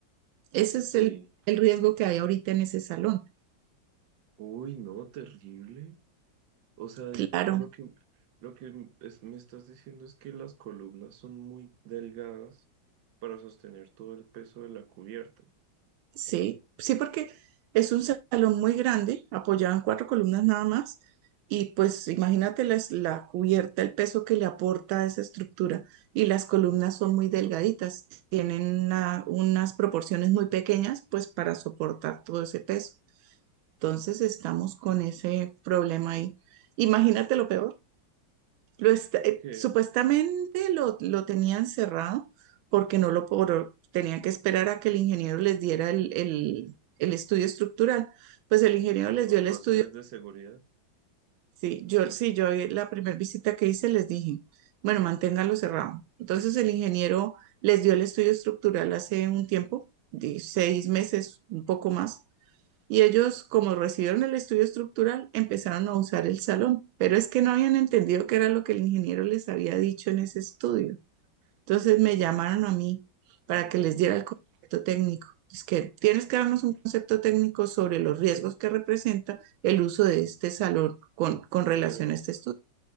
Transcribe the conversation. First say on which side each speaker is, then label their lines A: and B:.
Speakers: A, on the right (about 85°); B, on the right (about 70°).
A: Ese
B: Sí.
A: es el, el riesgo que hay ahorita en ese salón.
B: Uy, no, terrible. O sea, eh,
A: Claro,
B: lo que, lo que m- es- me estás diciendo es que las columnas son muy delgadas para sostener todo el peso de la cubierta.
A: Sí, sí, porque es un salón muy grande, apoyado en cuatro columnas nada más, y pues imagínate la la, cubierta, el peso que le aporta a esa estructura, y las columnas son muy delgaditas, tienen una- unas proporciones muy pequeñas, pues para soportar todo ese peso. Entonces estamos con ese problema ahí. Imagínate lo peor. Lo está- eh,
B: Que
A: supuestamente lo, lo tenían cerrado porque no lo por- tenían que esperar a que el ingeniero les diera el, el- el estudio estructural. Pues el ingeniero les
B: por
A: dio el
B: razones
A: estudio.
B: de seguridad,
A: Sí, yo sí, yo eh, la primera visita que hice les dije, bueno, manténgalo cerrado. Entonces el ingeniero les dio el estudio estructural hace un tiempo, de seis meses, un poco más, y ellos, como recibieron el estudio estructural, empezaron a usar el salón, pero es que no habían entendido qué era lo que el ingeniero les había dicho en ese estudio. Entonces me llamaron a mí para
B: sí.
A: que les diera el concepto técnico. Es que tienes que darnos un concepto técnico sobre los riesgos que representa el uso de este salón con, con relación
B: Pero,
A: a este estudio.